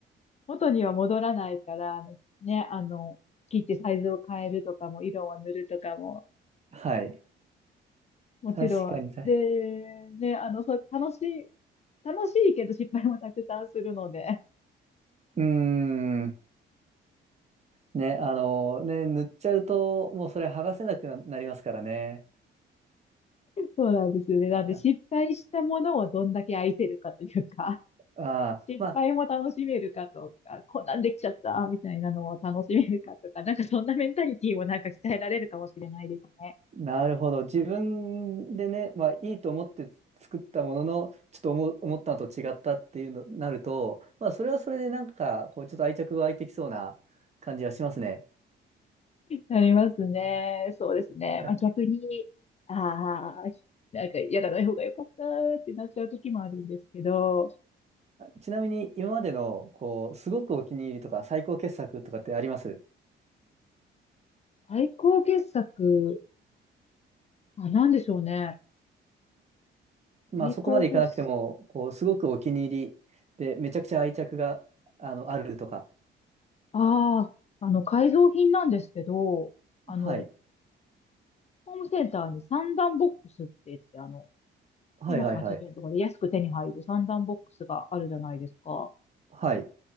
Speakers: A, on the left; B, on the right.
A: 元には戻らないから、あのね、あの、切ってサイズを変えるとかも、色を塗るとかも、
B: はい。
A: もちろん。
B: 確かに、確か
A: で、ね、あの、そう、楽しい、楽しいけど失敗もたくさんするので。はい
B: に。うーん。ね、あの、ね、塗っちゃうと、もうそれ剥がせなくな、なりますからね。
A: <laughs> そうなんですよね。なんで失敗したものをどんだけ愛せるかというか。
B: ああー、
A: 失敗も楽しめるかとか、
B: まあ、
A: こんなんできちゃったみたいなのを楽しめるかとか、<laughs> なんかそんなメンタリティもなんか鍛えられるかもしれないですね。
B: なるほど。自分でね、まあ、いいと思って作ったものの、ちょっと思う、思ったのと違ったっていうのになると、まあ、それはそれでなんか、こう、ちょっと愛着が湧いてきそうな感じはしますね。
A: なりますね。そうですね。
B: あ
A: まあ、逆に、ああ、なんかやらない方が良かったってなっちゃう時もあるんですけど、
B: ちなみに、今までの、こう、すごくお気に入りとか、最高傑作とかってあります
A: 最高傑作、あ、なんでしょうね。
B: まあそこまでいかなくても、
A: 最高傑作、
B: こう、すごくお気に入りで、めちゃくちゃ愛着が、あの、あるとか。
A: ああ、あの、改造品なんですけど、あの、
B: はい。
A: ホームセンターに三段ボックスって言って、あの、
B: はいはいはい。
A: 980円とかで安く手に入る三段ボックスがあるじゃないですか。
B: はい。